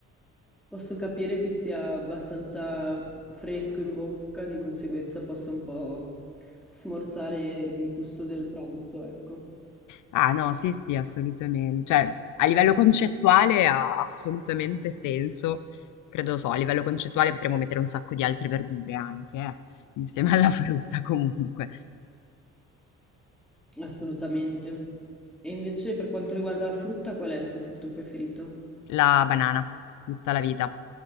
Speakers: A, in the centre; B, on the left.
A: Posso capire che sia abbastanza fresco in bocca, di conseguenza possa un po' smorzare il gusto del pranzo, ecco,
B: Ah no, sì, sì, assolutamente. Cioè, a livello concettuale ha assolutamente senso. Credo lo so, a livello concettuale potremmo mettere un sacco di altre verdure anche, eh, insieme alla frutta comunque.
A: assolutamente. E invece per quanto riguarda la frutta, qual è il tuo frutto preferito?
B: La banana, tutta la vita.